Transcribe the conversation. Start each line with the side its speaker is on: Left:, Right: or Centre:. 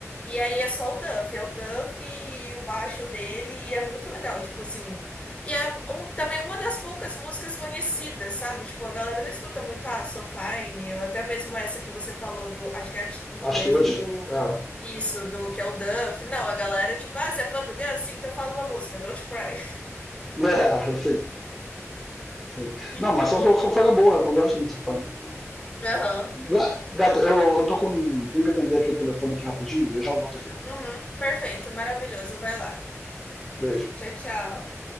Left: E aí é só o Duff, é o Duff e o baixo dele, e é muito legal, tipo assim. E é um- também uma das poucas músicas conhecidas, sabe? Tipo, a galera não escuta muito, ah, So Fine, ou até mesmo essa que você falou do, acho que é a atitude
Centre: Atitude.
Left: mesmo do,
Centre: É. <laughs>
Left: isso, do que é o Duff. Não, a galera, tipo, ah, você é fã do Guns? Sim, então fala uma música, Don't Cry.
Centre: É, sim, sim.
Left: <laughs> E-
Centre: Não, mas só Fofana é boa. Eu gosto muito de Fofana.
Left: Aham.
Centre: Ga- Gata, eu, eu tô com. Tenho que atender aqui o telefone aqui rapidinho. Eu já volto aqui.
Left: Uhum, perfeito, maravilhoso, vai lá.
Centre: Beijo.
Left: Tchau, tchau.